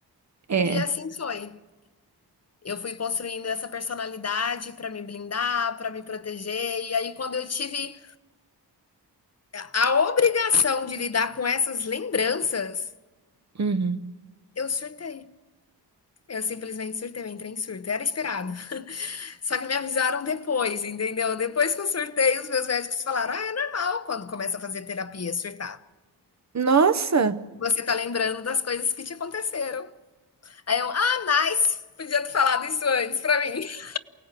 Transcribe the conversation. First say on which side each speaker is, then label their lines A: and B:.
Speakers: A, on the right (about 40°); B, on the left (about 35°).
A: É.
B: E assim foi. Eu fui construindo essa personalidade para me blindar, para me proteger. E aí, quando eu tive a obrigação de lidar com essas lembranças,
A: Uhum.
B: eu surtei. Eu simplesmente surtei, eu entrei em surto. Era esperado. Só que me avisaram depois, entendeu? Depois que eu surtei, os meus médicos falaram: ah, é normal quando começa a fazer terapia surtar.
A: Nossa!
B: Você tá lembrando das coisas que te aconteceram. Aí eu, ah, nice! Podia ter falado isso antes pra mim. <laughs>